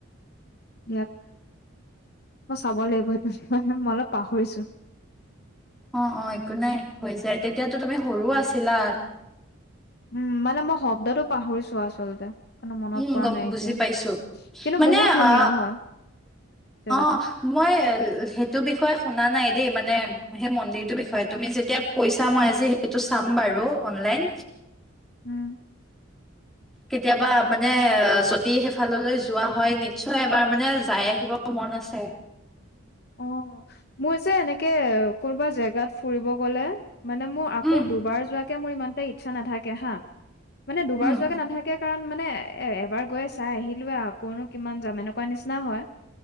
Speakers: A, on the left; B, in the centre.
A: ইয়াক, মই চাব লাগিব সেইটো মই অলপ পাহৰিছো।
B: অ' অ', একো নাই হৈ যায় তেতিয়াতো তুমি সৰু আছিলা।
A: উম মানে মই শব্দটো পাহৰিছো আচলতে। মানে মনত
B: উম
A: পৰা
B: গম
A: নাই
B: বুজি
A: এতিয়া,
B: পাইছো
A: কিন্তু
B: মানে
A: বহুত ধুনীয়া
B: অ
A: হয়, জেগাটো।
B: অ মই সেইটো বিষয়ে শুনা নাই দেই, মানে সেই মন্দিৰটোৰ বিষয়ে তুমি যেতিয়া কৈছা মই আজি - এইটো চাম বাৰু অনলাইন।
A: উম'।
B: কেতিয়াবা মানে যদি সেইফাললৈ যোৱা হয় নিশ্চয় এবাৰ মানে যাই আহিব মন আছে।
A: অ, মোৰ যে এনেকে কোনোবা জেগাত ফুৰিব গলে। মানে মোৰ আকৌ
B: উম
A: দুবাৰ যোৱাকে মোৰ ইমানতে ইচ্ছা নাথাকে হা। মানে দুবাৰ
B: উম
A: যোৱাকে নাথাকে কাৰণ মানে এ এবাৰ- গৈ চাই আহিলোৱে আকৌনো কিমান যাম এনেকুৱা নিচিনা হয়,